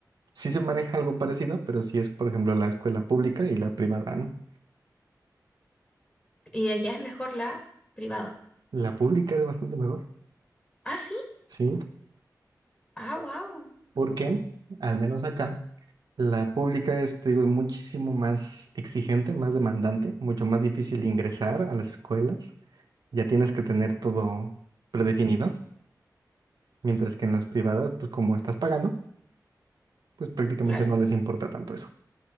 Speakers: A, on the right; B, on the left.
A: sí se maneja algo parecido, pero sí es, por ejemplo, la escuela pública y la privada, ¿no?
B: Y allá es mejor la privada.
A: La pública es bastante mejor,
B: Ah, sí.
A: ¿sí?
B: Ah, wow.
A: Porque, al menos acá, la pública es, te digo, muchísimo más exigente, más demandante, mucho más difícil ingresar a las escuelas. Ya tienes que tener todo predefinido, mientras que en las privadas, pues como estás pagando, pues prácticamente
B: Claro.
A: no les importa tanto eso.